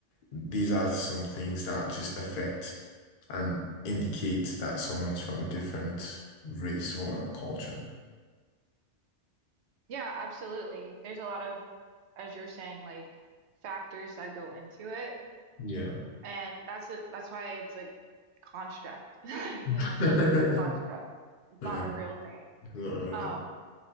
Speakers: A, on the left; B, on the right.
A: these are some things that just affect and indicate that someone's from a different race or culture.
B: Yeah, absolutely. There's a lot of, as you're saying, like factors that go into it,
A: Yeah.
B: and that's a, that's why it's a construct, <laughs> you
A: <laughs>
B: know, a social construct. It's
A: Um,
B: not a real thing.
A: it's not real.
B: Um,